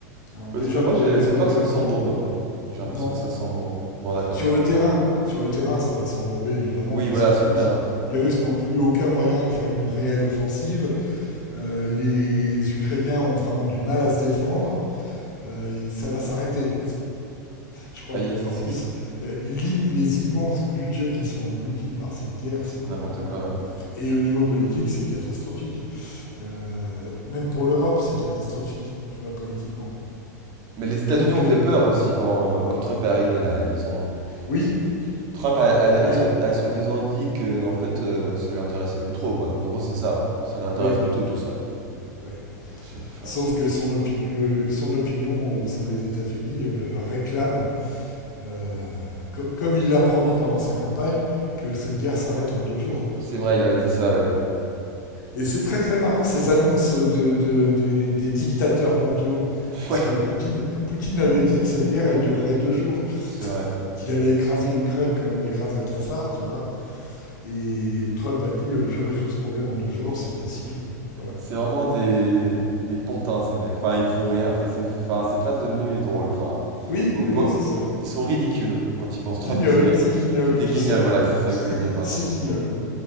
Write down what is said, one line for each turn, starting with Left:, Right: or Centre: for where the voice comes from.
Left: hein.
Right: Parce
Left: déjà
Right: que moi,
Left: pour
Right: j'ai
Left: des raisons
Right: j'ai peur
Left: économiques,
Right: que ça s'embourbe. J'ai l'impression
Left: non.
Right: que ça s'embourbe. Bon, d'accord.
Left: Sur le terrain, sur le terrain, ça va s'embourber évidemment
Right: Oui,
Left: puisque
Right: voilà,
Left: les
Right: sur
Left: Russes,
Right: le terrain.
Left: les Russes n'ont plus aucun moyen de faire une réelle offensive. Euh, les Ukrainiens ont vraiment du mal à se défendre. Euh, et ça va s'arrêter. Je crois
Right: Aïe,
Left: que
Right: ça,
Left: en
Right: ça-
Left: plus,
Right: ça-
Left: le- l'im- les immenses budgets qui sont engloutis par cette guerre,
Right: c'est
Left: c'est complètement
Right: n'importe quoi, ouais.
Left: Et au niveau politique, c'est catastrophique. Euh, même pour l'Europe, c'est catastrophique, tu vois, politiquement.
Right: Mais les États-Unis
Left: Donc,
Right: ont fait
Left: euh,
Right: peur aussi quand, quand Trump est arrivé là. Ils ont.
Left: oui,
Right: si- Trump a, a-
Left: oui,
Right: a soi- a soi-disant dit que en fait, euh, ça lui intéressait plus trop, quoi. En gros, c'est ça. Ça l'intéresse
Left: oui,
Right: plus trop, tout ça.
Left: oui.
Right: C'est enfin,
Left: Sauf que son, opinion, le- son opinion au sein des États-Unis euh, réclame, euh, co- comme il l'a promis pendant sa campagne, que cette guerre s'arrête en deux jours.
Right: c'est vrai, il avait dit ça, ouais.
Left: Et c'est très très marrant ces annonces de, de- des, des dictateurs mondiaux,
Right: <laughs>
Left: puisque
Right: Ouais,
Left: Poutine, Poutine avait dit que cette guerre, elle durerait deux jours,
Right: c'est vrai.
Left: qu'il allait écraser l'Ukraine comme on écrase un cafard, tu vois. Et Trump a dit euh, Je résous ce problème en deux jours, c'est facile. euh, voilà.
Right: C'est vraiment
Left: Enfin,
Right: des, des pantins, ces mecs. Enfin, ils me font rire. Qu'est-ce qu'ils me font- Enfin, c'est presque devenu drôle. Enfin,
Left: oui,
Right: vous-
Left: oui,
Right: vous-
Left: oui, c'est ça.
Right: ils sont ridicules. Quand ils pensent Trump,
Left: Guignol,
Right: qu'est-ce qu'il est?
Left: c'est Guignol,
Right: C'est des
Left: tu
Right: guignols,
Left: sais,
Right: voilà, c'est ça que je voulais dire, pardon.
Left: c'est Guignol.